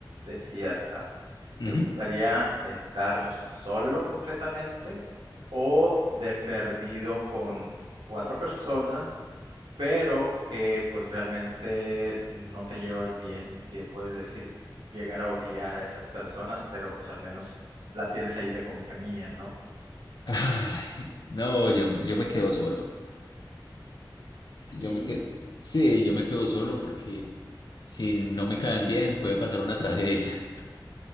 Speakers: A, on the right (about 85°); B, on the left (about 55°).
A: desierta.
B: Ujú.
A: ¿Te gustaría estar solo completamente o de perdido con cuatro personas, pero que pues realmente no te llevas bien y que puedes decir llegar a odiar a esas personas, pero pues al menos la tienes ahí de compañía, ¿no?
B: Ay, no, yo, me- yo me quedo solo.
A: Sí,
B: Yo me quedo, sí, yo me quedo solo porque si no me caen bien puede pasar una tragedia. <laughs>